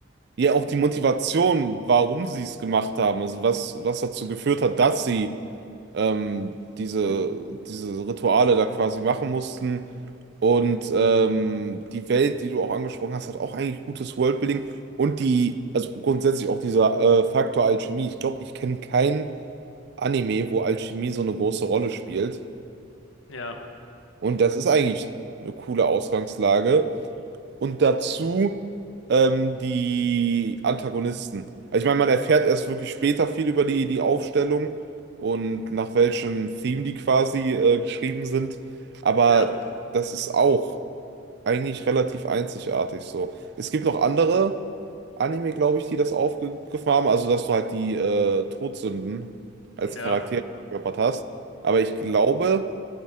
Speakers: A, on the right; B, on the left.
A: Ja, auch die Motivation, warum sie es gemacht haben, also was, was dazu geführt hat, dass sie ähm, diese, diese Rituale da quasi machen mussten. Und ähm, die Welt, die du auch angesprochen hast, hat auch eigentlich gutes Worldbuilding. Und die, also grundsätzlich auch dieser äh, Faktor Alchemie. Ich glaube, ich kenne keinen Anime, wo Alchemie so eine große Rolle spielt.
B: Ja,
A: Und das ist eigentlich eine coole Ausgangslage. Und dazu ähm, die Antagonisten. Also ich meine, man erfährt erst wirklich später viel über die, die Aufstellung und nach welchem Theme die quasi äh, geschrieben sind. Aber
B: ja,
A: das ist auch eigentlich relativ einzigartig so. Es gibt noch andere Anime, glaube ich, die das aufgegriffen haben. Also, dass du halt die äh, Todsünden als
B: ja.
A: Charakter verkörpert hast. Aber ich glaube.